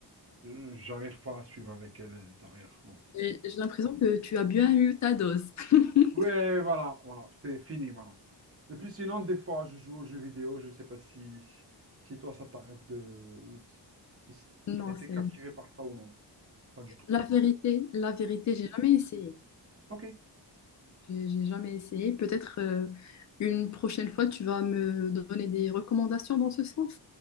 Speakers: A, on the right (about 35°); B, on the left (about 45°).
A: euh, j'arrive pas à suivre avec elle euh, derrière, non.
B: Et J'ai l'impression que tu as bien eu ta dose. <laughs>
A: Ouais, voilà, voilà, c'est fini, voilà. Et puis sinon, des fois, je joue aux jeux vidéo, je sais pas si, si toi, ça t'arrive de... ou si
B: Non,
A: t'as été
B: c'est
A: captivé par ça ou non. Pas du tout.
B: la vérité, la vérité, j'ai jamais essayé.
A: Ok.
B: J'ai j'ai jamais essayé. Peut-être euh, une prochaine fois, tu vas me donner des recommandations dans ce sens.